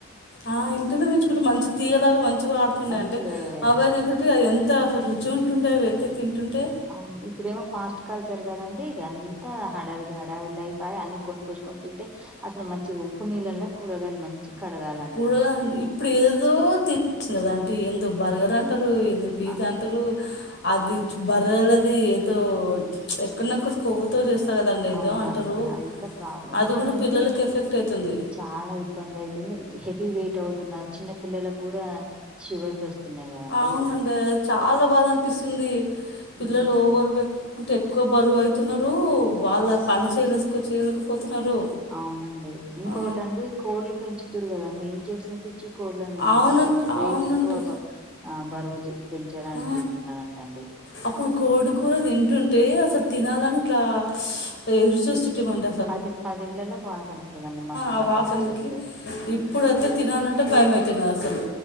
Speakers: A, on the left; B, in the centre.
A: ఆ ఇంట్లోనే పెంచుకుంటే మంచి తీగలాగా మంచిగా పారుతుండే
B: మంచిగా
A: అంటే,
B: అయ్యేదండి
A: అవే తింటుంటి అవి ఎన్ త అసలు రుచి ఉంటుండే అవి అయితే తింటుంటే
B: అవును ఇప్పుడేమో ఫాస్ట్ కల్చర్ కదండీ ఇగ అంతా హడావిడి హడావిడి లైఫ్. బాగ అన్ని కొనుకొచ్చుకొని తింటే అసలు మంచి ఉప్పు నీళ్ళలా కూరగాయలు మంచి కడగాలండి
A: కూరగా అండి ఇప్పుడు ఏదో తినచ్చు కదా ఆంటీ ఎందొ బర్గర్ అంటారు పిజ్జా
B: ఆ!
A: అంటారు అది బర్గర్లది ఏదో ఎక్కనెక్కు కొవ్వుతో చూస్తారు కద దాన్ని ఏదో
B: అవునండి
A: అంటారు
B: అంత ప్రాబ్లం ఇంకోటండి
A: అది కూడ పిల్లలకి ఎఫెక్ట్ అయితుంది.
B: చాలా ఇబ్బంది అయితుంది హెవీ వెయిట్ అవుతున్నారు, చిన్న పిల్లలకు కూడా షుగర్లు వస్తున్నాయి. కదండి
A: అవునండి చాలా బాధ అనిపిస్తుంది పిల్లలు
B: ఉమ్,
A: ఓవర్ వే అంటే ఎక్కువ బరువు అయితున్నారు వాళ్ళ పని చేయలేసుకో చేయలేకపోతున్నారు.
B: అవునండి ఇంకొకటండి
A: ఆ
B: కోళ్లు పెంచుతరు కదండి ఇంజెక్షన్స్ ఇచ్చి కోళ్ళని
A: అవును
B: వ వెయిట్
A: అవునండి
B: ఎక్కువ ఆ బరువు పెంచడానికి
A: ఆ
B: చేస్తున్నారటండి
A: అప్పుడు కోడి కూర తింటుంటే అసలు తినాలని ఇట్లా ఎదురుచూస్తుంటిమంట.
B: పది పది ఇండ్లలకు వాసన వస్తదండి మసాలా
A: ఆ వాసనకి
B: కొట్టి చేస్తే,
A: ఇప్పుడైతే తినాలంటే భయమయితున్నది అసలు.